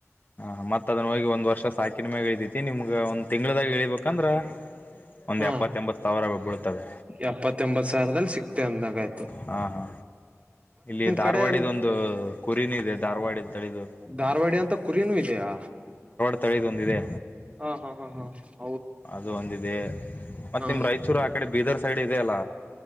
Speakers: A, on the left; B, on the right.
A: ಹಾ ಮತ್ತತ್ದ ಹೋಗಿ ಒಂದ ವರ್ಷ ಸಾಕಿನ ಮ್ಯಾಗ ಇಳ್ದೈತಿ ನಿಮ್ಗ ಒಂದ್ ತಿಂಗಳದಾಗ ಹ ಹೇಳಳ್ಬೇಕಂದ್ರ ಒಂದು
B: ಹಾ
A: ಎಪ್ಪತ್ತೊಂಬತ್ತು ಸಾವಿರಬ್ಬೀಳುತ್ತವೆ
B: ಎಪ್ಪತ್ತ ಎಂಬತ್ತು ಸಾವಿರದಲ್ಲಿ ಸಿಕ್ತೆವೆ ಅಂದಾಗೈ
A: ಹಾ ಹಾ ಇಲ್ಲಿ ಧಾರವಾಡಿದೊಂದು
B: ಕಡೆ ಅಲ್
A: ಕುರಿನ ಇದೆ ಧಾರವಾಡ ತಳಿದು
B: ಧಾರವಾಡ ಅಂತ ಕುರಿನೂ ಇದೆಯಾ
A: ಸ್ಥಳಿದೊಂದಿದೆ
B: ಹಾ ಹಾ ಹಾ ಹಾ ಹಾ
A: ಅದು ಒಂದಿದೆ ಮತ್ತ್
B: ಹಾ
A: ನಿಮ್ ರಾಯಚೂರ್ ಆ ಕಡೆ ಬೀದರ್ ಸೈಡ್ ಇದೆ ಅಲ್ಲ